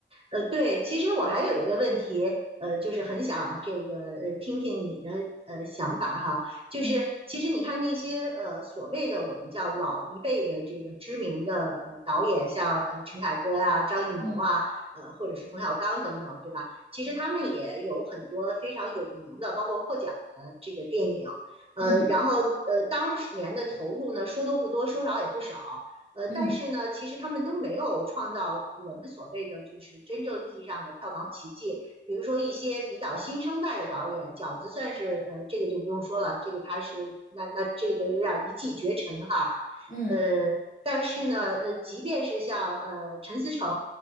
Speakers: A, on the right (about 30°); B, on the left (about 45°).
A: 呃，对，其实我还有一个问题，呃，就是很想这个呃听听你的呃想法哈，就是其实你看那些呃所谓的我们叫老一辈的这个知名的呃导演，
B: 嗯
A: 像呃陈凯歌啊、张艺谋啊，
B: 嗯
A: 呃或者是冯小刚等等，对吧？其实他们也有很多非常有名的，包括获奖的这个电影，呃，
B: 嗯。
A: 然后呃当年的投入呢，说多不多，说少也不少。呃，
B: 嗯
A: 但是呢，其实他们都没有创造我们所谓的就是真正意义上的票房奇迹。比如说一些比较新生代的导演，饺子算是呃，这个就不用说了，这个他是那那这个有点一骑绝尘哈。
B: 嗯
A: 呃，但是呢，呃，即便是像呃陈思诚，